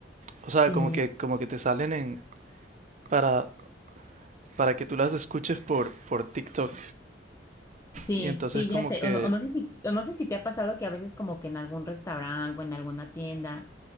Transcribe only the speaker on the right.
o sea,
como que, como que te salen en, para, para que tú las escuches por, por TikTok.
Y entonces
como
que